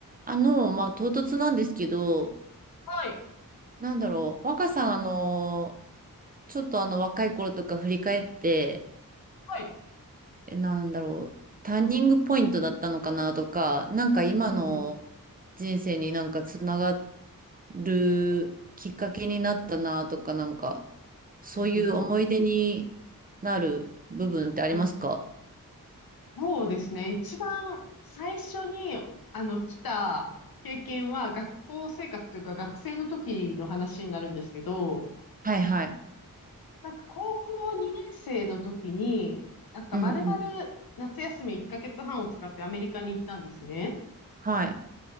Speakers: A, on the right; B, on the left.
A: あの、まあ、唐突なんですけど、
B: はい。
A: なんだろう、若さん、あの、ちょっとあの、若い頃とか振り返って、
B: はい。
A: えなんだろう、ターニングポイントだったのかなとか、なんか今の
B: うんうん。
A: 人生になんかつながるきっかけになったなとか、なんか、そういう思い出に
B: うんうんうん
A: なる部分ってありますか
B: うん。そうですね。一番最初に、あの、来た経験は、学校生活というか、学生の時の話になるんですけど、
A: はいはい。
B: なんか高校2年生の時に、なんか丸々夏休み1ヶ月半を使ってアメリカに行ったんですね。
A: うんうん。はい。